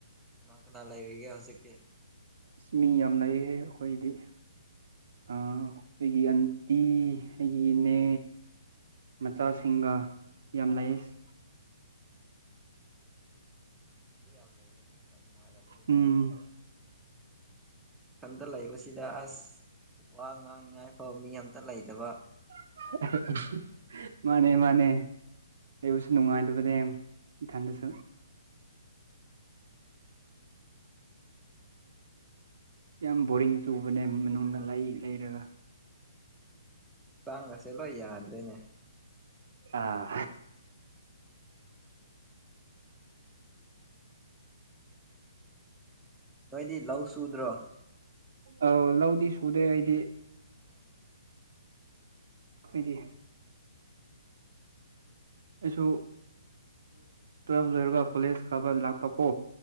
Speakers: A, in the centre; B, on the right.
A: ꯀꯅꯥ ꯀꯅꯥ ꯂꯩꯔꯤꯒꯦ ꯍꯧꯖꯤꯛꯇꯤ?
B: ꯑꯁ ꯃꯤ ꯌꯥꯝ ꯂꯩꯍꯦ ꯑꯈꯣꯏꯗꯤ ꯑꯥ ꯑꯈꯣꯏꯒꯤ ꯑꯟꯇꯤ ꯑꯩꯒꯤ ꯏꯅꯦ ꯃꯆꯥꯁꯤꯡꯒ ꯌꯥꯝ ꯂꯩꯁ
A: ꯃꯤ ꯌꯥꯝ ꯂꯩꯕꯗꯤ ꯈꯔ ꯅꯨꯡꯉꯥꯏꯔꯝ
B: ꯎꯝ
A: ꯏꯊꯟꯇ ꯂꯩꯕꯁꯤꯗ ꯑꯁ ꯋꯥ ꯉꯥꯡꯅꯤꯉꯥꯏ ꯐꯎ ꯃꯤ ꯑꯝꯇ ꯂꯩꯇꯕ
B: <unintelligible> ꯃꯟꯅꯦ ꯃꯥꯅꯦ ꯂꯩꯕꯁꯨ ꯅꯨꯡꯉꯥꯏꯇꯕꯅꯦ ꯏꯊꯥꯟꯇꯁꯨ ꯌꯥꯝ ꯕꯣꯔꯤꯡ ꯆꯨꯕꯅꯦ ꯃꯅꯨꯡꯗ ꯂꯩ ꯂꯩꯔꯒ
A: ꯆꯥꯡ ꯒꯁꯦ ꯂꯣꯏ ꯌꯥꯗ꯭ꯔꯦꯅꯦ
B: ꯑꯥ
A: ꯅꯣꯏꯗꯤ ꯂꯧ ꯁꯨꯗ꯭ꯔꯣ
B: ꯑꯧ ꯂꯧꯗꯤ ꯁꯨꯗꯦ ꯑꯩꯗꯤ
A: ꯑꯥ
B: ꯑꯩꯈꯣꯏꯗꯤ ꯑꯩꯁꯨ ꯇꯨꯋꯦꯜꯕ ꯂꯣꯏꯔꯒ ꯀꯣꯂꯦꯖ ꯀꯥꯕ ꯂꯥꯛꯄ ꯀꯣ